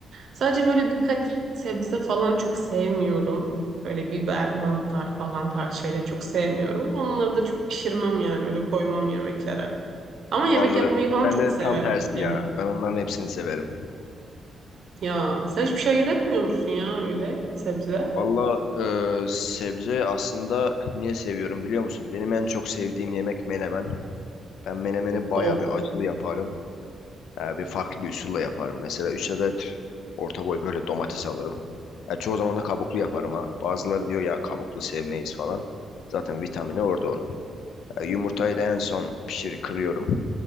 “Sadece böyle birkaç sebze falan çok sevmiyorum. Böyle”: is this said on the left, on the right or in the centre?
Right